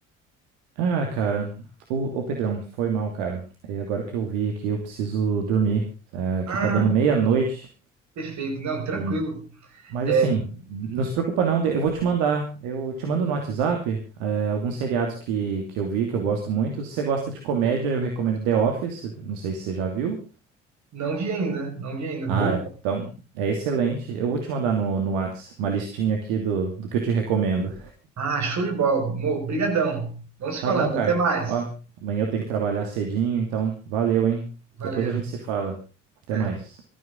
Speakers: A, on the right; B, on the right.
A: Ah, cara, ô, ô Pedrão, foi mal, cara. É, agora que eu vi aqui, eu preciso dormir. É, aqui
B: Ah,
A: tá dando meia-noite.
B: perfeito. Não, tranquilo.
A: E- Mas
B: É,
A: assim, não se preocupa não, eu vou te mandar. Eu te mando no WhatsApp, é, alguns seriados que, que eu vi, que eu gosto muito. Se você gosta de comédia, eu recomendo The Office, não sei se você já viu.
B: não vi ainda, não vi ainda.
A: Ah,
B: Boa.
A: então é excelente. Eu vou te mandar no, no Whats uma listinha aqui do, do que eu te recomendo.
B: Ah, show de bola. Mo, brigadão. Vamos se
A: Tá
B: falando.
A: bom, cara?
B: Até mais.
A: Ó, amanhã eu tenho que trabalhar cedinho, então valeu, hein?
B: Valeu.
A: Depois a gente se fala. Até
B: Até.
A: mais.